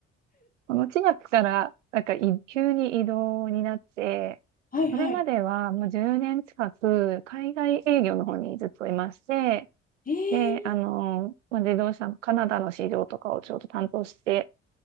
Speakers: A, on the right; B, on the left.
A: この4月から、なんか、い急に異動になって、
B: はいはい。
A: これまではもう10年近く、海外営業の方にずっといまして、
B: えー、
A: で、あの、まあ、自動車のカナダの市場とかをちょっと担当して